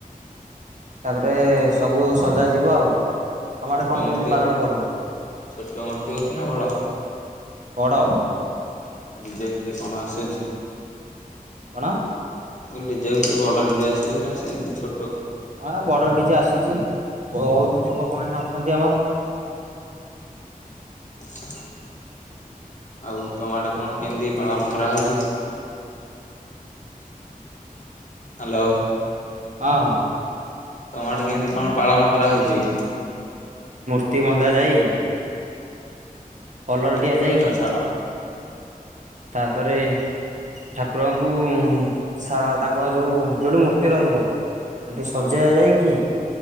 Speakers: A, on the right; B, on the left.
A: ତାପରେ
B: ହଁ
A: ସବୁ। ସଜାଯିବ ଆଉ ତମ
B: ଛୋଟ
A: ଆଡେ କଣ
B: ମୂର୍ତ୍ତି
A: କେମିତି ପାଳନ କରନ୍ତି?
B: ଛୋଟ ମୂର୍ତ୍ତି ହଉଛି ନା ବଡ
A: ବଡ
B: ବିଜେପିରେ କଣ ଆସୁଛି।
A: କଣ?
B: ମୁଁ ଡିଜେ ଫିଜେ ବଡ ଡିଜେ ଆସୁଛି ନା ସେମିତି ଛୋଟ।
A: ହଁ ବଡ ଡିଜେ ଆସୁଛି ବହୁତ ଯୁବକ ମାନେ ଅଛନ୍ତି ଆମର।
B: ଆଚ୍ଛା ଆଉ ତମ ଆଡ଼େ କଣ କେମିତି? ପାଳନ କରାହେଉଛି। ହାଲୋ।
A: ହଁ।
B: ତମ ଆଡ଼େ କେମିତି କଣ ପାଳନ କରାହୋଉଛି।
A: ତି ମଧା ଯାଇ କଲର
B: ମୂର୍ତ୍ତି
A: ଦିଆଯାଇ
B: କଥା ଛାଡ
A: ତାପରେ ଠାକୁରଙ୍କୁ ସା ତାଙ୍କର ଯୋଉ ଯୋଉଁଠି ମୂର୍ତ୍ତି ରହିବ। ଏଠି ସଜା
B: ହଁ
A: ଯାଇକି